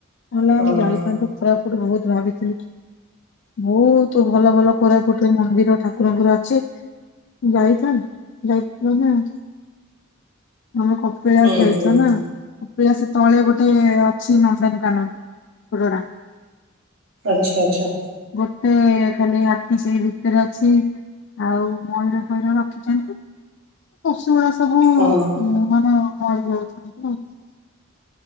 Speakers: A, on the left (about 60°); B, on the right (about 80°).
A: ନଲେ
B: ହଁ
A: ଆମେ ଯାଇଥାନ୍ତୁ। କୋରାପୁଟ ବହୁତ ଭାବିଥିଲୁ ବହୁତ ଭଲ ଭଲ କୋରାପୁଟ ଏ ମନ୍ଦିର। ଠାକୁରଙ୍କର ଅଛି ଯାଇଥାନ୍ ଯାଇ ପାଇଲୁନି ଆଉ। ଆମେ କପିଳାସ
B: ହୁଁ
A: ଯାଇଚ
B: ହୁଁ
A: ନା? କପିଲାସ ତଳେ ଗୋଟେ ଅଛି ନନ୍ଦନକାନନ ପୁରଡା
B: ଆଚ୍ଛା ଆଚ୍ଛା।
A: ଗୋଟେ ଖାଲି ହାତୀ ସେଇ ଭିତରେ ଅଛି ଆଉ ମୟୂର ଫୟର ରଖିଛନ୍ତି ପଶୁ ଗୁଡା ସବୁ
B: ହଁ
A: ମାନୋ <unintelligible> ଯାଉଛନ୍ତି